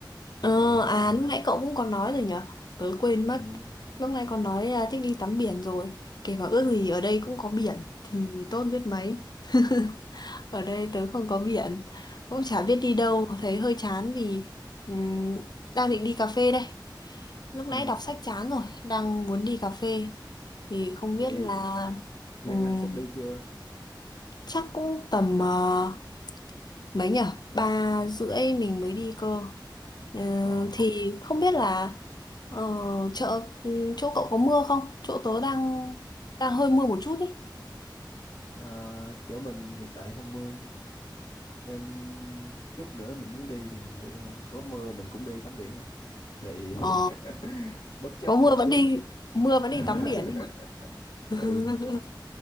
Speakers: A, on the left (about 60°); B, on the left (about 70°).
A: Ờ,
B: còn Lan
A: à
B: Anh thì
A: lúc
B: sao
A: nãy cậu cũng còn nói rồi nhở? Tớ quên mất.
B: ừ.
A: Lúc nãy còn nói à, thích đi tắm biển rồi. Kể cả ước gì ở đây cũng có biển thì tốt biết mấy. <laughs> Ở đây tớ không có biển, cũng chả biết đi đâu, thấy hơi chán vì ừm, đang định đi cà phê đây. Lúc nãy
B: Ừ.
A: đọc sách chán rồi, đang muốn đi cà phê. Thì không biết
B: vậy
A: là
B: Lan
A: ừm,
B: Anh sắp đi chưa
A: chắc cũng tầm ờ, mấy nhở? Ba rưỡi mình mới đi cơ. Ờ,
B: ờ
A: thì không biết là ờ, chợ chỗ cậu có mưa không? Chỗ tớ đang đang hơi mưa một chút ý.
B: ờ, chỗ mình hiện tại không mưa nên chút nữa mình muốn đi thì mình đi thôi có mưa mình cũng đi tắm biển à thì
A: Ờ,
B: <laughs> bất chấp
A: có mưa
B: thời
A: vẫn
B: tiết
A: đi, mưa vẫn
B: <laughs>
A: đi tắm biển ý hả? <laughs>
B: ừ